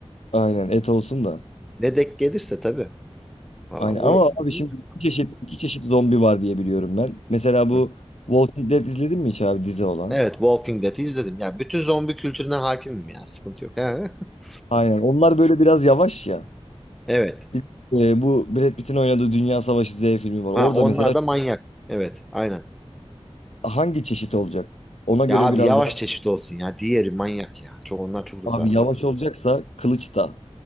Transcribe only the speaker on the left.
Aynen. Et olsun da.
Aynen
ama abi şimdi
iki çeşit iki çeşit zombi var diye biliyorum ben. Mesela bu
Walking Dead izledin mi hiç abi dizi olan?
Aynen. Onlar böyle biraz yavaş ya.
Bir, e, bu Brad Pitt'in oynadığı Dünya Savaşı Z filmi var.
Orada
mesela
hangi çeşit olacak? Ona göre
biraz
daha
abi
yavaş
olacaksa kılıç da